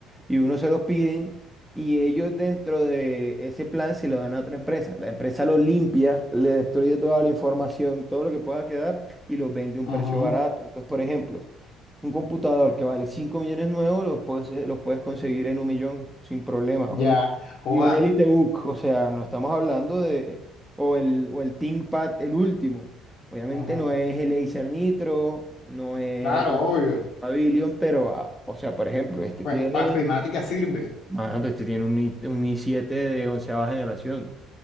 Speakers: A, in the centre; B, on the left.
A: Y uno se los piden y ellos dentro de ese plan se lo dan a otra empresa. La empresa lo limpia, le destruye toda la información, todo lo que pueda quedar y los vende a un
B: ujú,
A: precio barato. Entonces, por ejemplo, un computador que vale 5 millones nuevos los puedes, los puedes conseguir en un millón sin problema. Un,
B: Ya. Joda,
A: y un EliteBook, o sea, no estamos hablando de... O el, o el ThinkPad, el último. Obviamente
B: ujú.
A: no es el Acer Nitro, no es
B: Claro,
A: el
B: obvio.
A: Pavilion, pero, ah, o sea, por ejemplo, este
B: Pues
A: tiene...
B: para ofimática sirve.
A: Ah, pues este tiene un, i- un i7 de onceava generación.